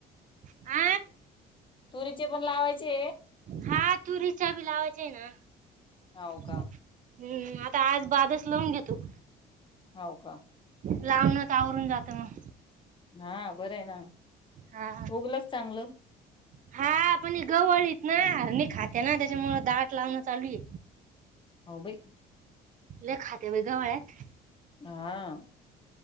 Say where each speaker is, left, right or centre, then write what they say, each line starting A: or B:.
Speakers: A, on the right (about 50°); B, on the left (about 30°).
A: आ
B: तुरीचे पण लावायचे
A: हा तुरी चा बी लावाच आहे ना
B: हाव
A: हम्म
B: का
A: आता आज बादास लावून घेतो
B: होव का
A: लांबणत आवरून जातं मग
B: हा बरं आहे ना
A: हा.
B: उगलग चांगलं
A: हा पण गवळीतन हरणी खाते ना त्याच्यामुळे दाट लावूनच आलुय
B: हो बाई
A: ले खात बाई गवळ्यात
B: हा.